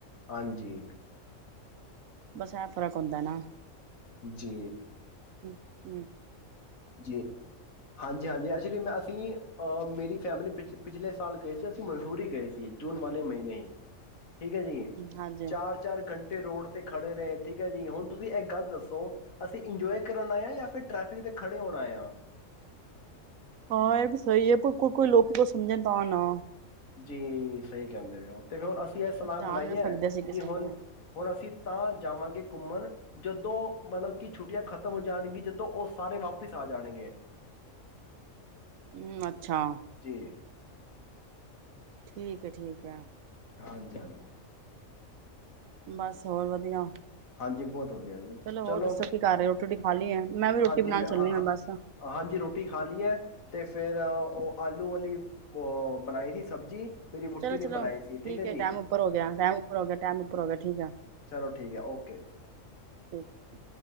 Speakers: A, on the left; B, on the right.
A: ਹਾਂਜੀ
B: ਬਸ ਇਹ ਫ਼ਰਕ ਹੁੰਦਾ ਨਾ।
A: ਜੀ
B: ਹਮ-ਹਮ
A: ਜੀ ਹਾਂਜੀ-ਹਾਂਜੀ ਐਕਚੁਲੀ ਮੈਂ ਅਸੀਂ ਅਹ ਮੇਰੀ ਫੈਮਿਲੀ ਪਿਛ ਪਿਛਲੇ ਸਾਲ ਗਏ ਸੀ ਅਸੀਂ ਮਨਸੂਰੀ ਗਏ ਸੀ ਜੂਨ ਵਾਲੇ ਮਹੀਨੇ ਹੀ। ਠੀਕ ਹੈ ਜੀ
B: ਹਾਂਜੀ
A: ਚਾਰ-ਚਾਰ ਘੰਟੇ ਰੋਡ ਖੜੇ ਰਹੇ ਠੀਕ ਹੈ ਜੀ ਹੁਣ ਤੁਸੀਂ ਇਹ ਗੱਲ ਦੱਸੋ ਅਸੀਂ ਇੰਜੋਏ ਕਰਨ ਆਏ ਹਾਂ ਜਾਂ ਫਿਰ ਟ੍ਰੈਫਿਕ ਦੇ ਖੜੇ ਹੋਣਾ ਆਏ ਆ।
B: ਹਾਂ ਇਹ ਵੀ ਸਹੀ ਹੈ ਭੁ ਕੋਈ-ਕੋਈ ਲੋਕੀ ਕੋ ਸਮਝਣ ਤਾਂ ਨਾ।
A: ਜੀ ਸਹੀ ਕਹਿੰਦੇ ਪਏ ਹੋ। ਤੇ ਹੁਣ ਅਸੀਂ ਇਹ ਸਲਾਹ
B: ਸਮਝਾ
A: ਬਣਾਈ
B: ਨਾ
A: ਹੈ
B: ਸਕਦੇ ਸੀ ਕਿਸੇ
A: ਕਿ
B: ਨੂੰ
A: ਹੁਣ,
B: ਵੀ
A: ਹੁਣ ਅਸੀਂ ਤਾਂ ਜਾਵਾਂਗੇ ਘੁੰਮਣ ਜਦੋਂ ਮਤਲਬ ਕਿ ਛੁੱਟੀਆਂ ਖਤਮ ਹੋ ਜਾਣਗੀ ਜਦੋ ਉਹ ਸਾਰੇ ਵਾਪਿਸ ਆ ਜਾਣਗੇ।
B: ਹਮ ਅੱਛਾ।
A: ਜੀ
B: ਠੀਕ ਆ-ਠੀਕ ਆ।
A: ਹਾਂਜੀ-ਹਾਂਜੀ
B: ਬਸ ਹੋਰ ਵਧੀਆ।
A: ਹਾਂਜੀ ਬਹੁਤ ਵਧੀਆ ਜੀ ਚਲੋ
B: ਹੋਰ ਦੱਸੋ ਕੀ ਕਰ ਰਹੇ ਹੋ ਰੋਟੀ ਖਾ ਲਈ ਹੈ ਮੈਂ ਵੀ ਰੋਟੀ
A: ਹਾਂਜੀ
B: ਬਣਾਉਣ
A: ਮੈਂ
B: ਚੱਲੀ
A: ਹ-ਹ
B: ਹਾਂ ਬਸ
A: ਹਾਂਜੀ ਰੋਟੀ ਖਾ ਲੀ ਹੈ। ਤੇ ਫੇਰ ਉਹ ਆਲੂ ਵਾਲੀ ਅ ਬਣਾਈ ਸੀ ਸਬਜ਼ੀ ਮੇਰੀ ਵੋਟੀ
B: ਚਲੋ-ਚਲੋ
A: ਨੇ ਬਣਾਈ ਸੀ
B: ਠੀਕ
A: ਜੀ
B: ਹੈ ਟੈਮ ਉਪਰ ਹੋ ਗਿਆ, ਟੈਮ ਉਪਰ ਹੋ ਗਿਆ, ਟੈਮ ਉਪਰ ਹੋ ਗਿਆ ਠੀਕ ਆ।
A: ਚਲੋ ਠੀਕ ਹੈ ਓਕੇ ਜੀ
B: ਠੀਕ